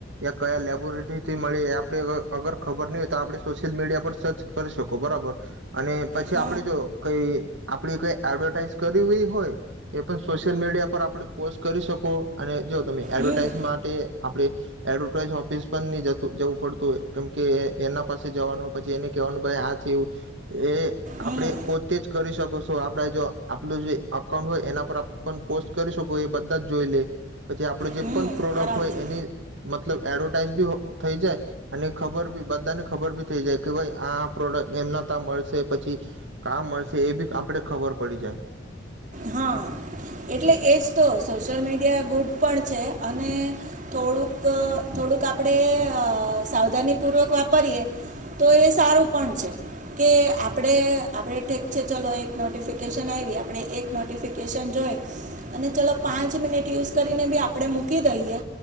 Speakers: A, on the right; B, on the right.
A: યા કયા લેબોરેટરીથી મળે એ આપે અગર ખબર નહી હોય તો આપણે સોશિયલ મીડિયા પર સર્ચ કરી શકો બરાબર અને પછી
B: હ
A: આપડે જો કઈ આપડી કઈ એડવર્ટાઈઝ કરવી હોય એ પણ સોશિયલ મીડિયા પર આપણે પોસ્ટ કરી શકો. અને જો તમે એડવર્ટાઈઝ
B: હમ
A: માટે આપણે એડવર્ટાઈઝ ઓફિસ પણ નહી જતું જવું પડતું કેમ કે એના પાસે જવાનું પછી એને કેહેવાનું ભાઈ આ છે એવું એ
B: હમ
A: આપણે પોતે જ કરી શકો છું આપણે જો આપલું જે અકાઉન્ટ હોય એના પર પોસ્ટ કરી શકો એ બધા જ જોઈ લે. પછી આપડું જે
B: હમ
A: પ્રોડક્ટ
B: આરામથી
A: હોય એની મલબ મતલબ એડવર્ટાઈઝ બી થઈ જાય અને ખબર બી બધાને ખબર બી થઈ જાય કે ભાઈ આ પ્રોડક્ટ એમના ત્યા મળશે પછી કા મળશે એ બી આપડે ખબર પડી જાય.
B: હા એટલે એ જ તો સોશિયલ મીડિયા ગુડ પણ છે અને થોડુંક થોડુંક આપણે સાવધાનીપૂર્વક વાપરીએ તો એ સારું પણ છે કે આપણે આપણે ઠેક છે ચલો એક નોટિફિકેશન આયવી આપણે એક નોટિફિકેશન જોઈ અને ચલો પાંચ મિનિટ યુઝ કરીને બી આપણે મૂકી દઈએ